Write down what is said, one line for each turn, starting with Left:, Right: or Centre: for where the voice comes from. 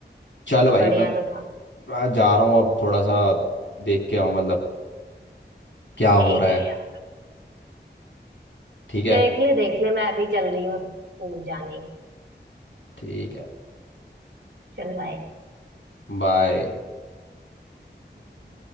Left: चल भाई
Right: बढ़िया
Left: मैं
Right: तो था
Left: मैं जा रहा हूँ अब थोड़ा सा देख के आऊँ मतलब क्या
Right: देख
Left: हो रहा
Right: ले
Left: है
Right: यार
Left: ठीक है
Right: देख ले देख ले मैं अभी चल रही हूँ स्कूल जाने
Left: ठीक है
Right: चल बाय
Left: बाय
Right: हम्म।